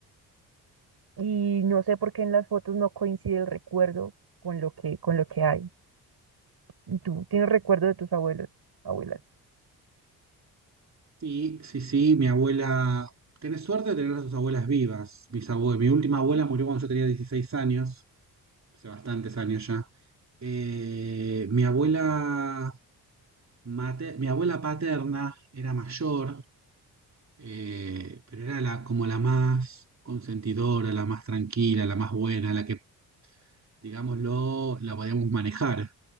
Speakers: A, on the right; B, on the right.
A: Y no sé por qué en las fotos no coincide el recuerdo con lo que, con lo que hay. ¿Y tú tienes recuerdo de tus abuelos, abuelas?
B: Sí, sí, sí, mi abuela. Tenés suerte de tener a tus abuelas vivas, mis abue Mi última abuela murió cuando yo tenía 16 años, hace bastantes años ya. Eh, mi abuela mate- mi abuela paterna era mayor, eh, pero era la, como la más consentidora, la más tranquila, la más buena, la que, digámoslo, la podíamos manejar,